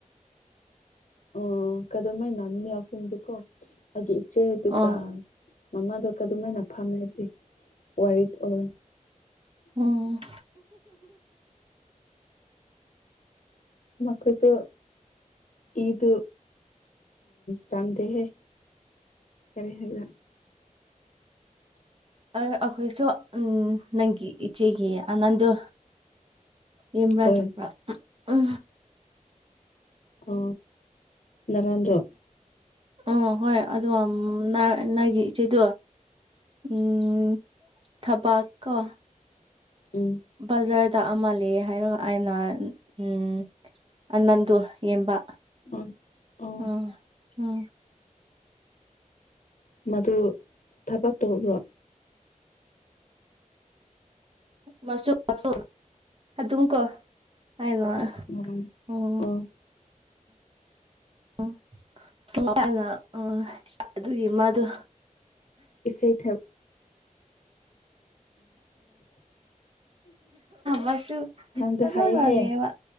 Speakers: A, on the left; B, on the right.
A: ꯑ ꯀꯗꯍꯥꯏ ꯅꯃꯤ ꯌꯥꯎꯐꯝꯨꯝꯗꯨꯀꯣ ꯑꯩꯒꯤ ꯏꯆꯦ ꯑꯗꯨꯒ
B: ꯑꯣ
A: ꯃꯃꯥꯗꯣ ꯀꯝꯃꯥꯏꯅ ꯐꯝꯃꯦꯗꯤꯦ ꯋꯥꯔꯤ ꯑꯣꯏ
B: ꯎꯝ
A: ꯃꯈꯣꯏꯁꯨ ꯏꯗꯨ ꯆꯥꯟꯗꯦꯦ ꯀꯔꯤ ꯍꯥꯏꯕ
B: ꯑ ꯑꯩꯈꯣꯏꯁꯨ ꯎꯝ ꯅꯪꯒꯤ ꯏꯆꯦꯒꯤ ꯑꯅꯟꯗ ꯍꯦꯝ꯭ꯔꯥ
A: ꯍꯣꯏ
B: ꯆꯄ꯭ꯔꯥ ꯎ
A: ꯑ ꯅꯔꯟ꯭ꯔꯣ
B: ꯎ ꯍꯣꯏ ꯑꯗꯣ ꯅꯅꯥꯒꯤ ꯏꯆꯦꯗꯣ ꯎꯝ ꯊꯕ ꯀꯣ
A: ꯎꯝ
B: ꯕꯖꯔꯗ ꯑꯃꯜ ꯍꯥꯏꯔꯒ ꯑꯩꯅ ꯎꯝ ꯑꯅꯟꯗꯣ ꯌꯦꯡꯕ
A: ꯑ ꯑ
B: ꯎꯝ ꯎꯝ
A: ꯃꯗꯨ ꯊꯕꯛ ꯇꯧꯕ꯭ꯔꯣ
B: ꯃꯥꯁ ꯋꯥꯆ ꯑ ꯑꯗꯨꯝꯀ ꯍꯥꯏꯅ ꯋꯥ
A: ꯎꯝ
B: ꯎꯝ
A: ꯑꯣ
B: ꯎꯝ ꯁꯃꯅ ꯎ ꯑꯗꯨꯒꯤ ꯃꯥꯗꯣ
A: ꯏꯁꯩꯩ ꯊꯔ
B: ꯃꯁꯨ
A: ꯅꯪꯗ
B: ꯆꯥꯡꯉꯂ
A: ꯍꯥꯏꯌꯦꯍꯦ